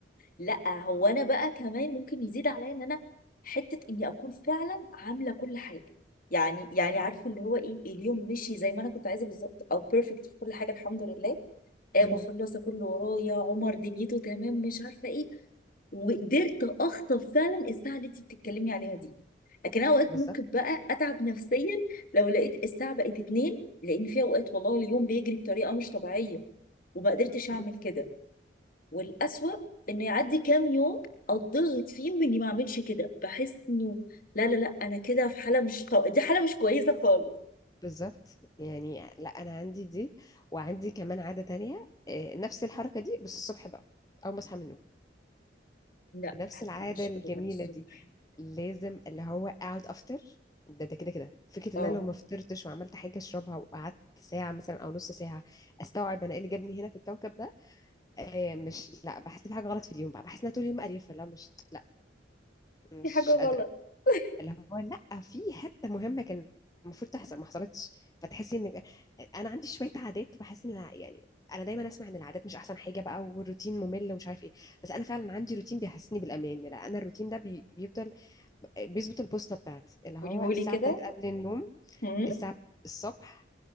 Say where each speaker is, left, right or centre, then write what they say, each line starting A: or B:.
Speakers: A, on the left; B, on the left.
A: لا هو انا بقى كمان ممكن يزيد عليا ان انا حته اني اكون فعلا عامله كل حاجه يعني يعني عارفه اللي هو ايه اليوم مشي زي ما انا كنت عايزه بالظبط او بيرفكت في كل حاجه الحمد لله آه،
B: مم.
A: مخلصه كله ورايا عمر دنيته تمام مش عارفه ايه وقدرت اخطف فعلا الساعه اللي انت بتتكلمي عليها دي لكن أنا اوقات
B: بالظبط
A: ممكن بقى اتعب نفسيا لو لقيت الساعه بقت اتنين لان في اوقات والله اليوم بيجري بطريقه مش طبيعيه وما قدرتش اعمل
B: مم.
A: كده والأسوأ انه يعدي كام يوم اتضغط فيهم اني ما اعملش كده بحس انه لا لا لا انا كده في حاله مش طو... دي حاله مش كويسه خالص
B: بالظبط يعني لا انا عندي دي وعندي كمان عاده تانية آه، نفس الحركه دي بس الصبح بقى اول ما اصحى من النوم
A: لا ما
B: نفس
A: بحبهاش
B: العاده الجميله
A: ابدا الصبح
B: دي لازم اللي هو اقعد افطر ده ده كده كده فكره
A: اه
B: ان انا لو ما فطرتش وعملت حاجه اشربها وقعدت ساعه مثلا او نص ساعه استوعب انا ايه اللي جابني هنا في الكوكب ده آه، مش لا بحس بحاجه غلط في اليوم بقى بحس ان أنا طول اليوم قريفه اللي هو مش لا مش
A: في حاجه غلط
B: قادره
A: <laughs>
B: اللي هو لا في حته مهمه كان المفروض تحصل ما حصلتش فتحسي ان انا عندي شويه عادات بحس ان لا- يعني انا دايما اسمع ان العادات مش احسن حاجه بقى والروتين ممل ومش عارف ايه بس انا فعلا عندي روتين بيحسسني بالامان لا انا الروتين ده بي... بيفضل بيظبط البوصله بتاعتي اللي هو
A: قوليهولي
B: الساعه
A: كده
B: بتاعت قبل النوم
A: هم؟
B: الساعه الصبح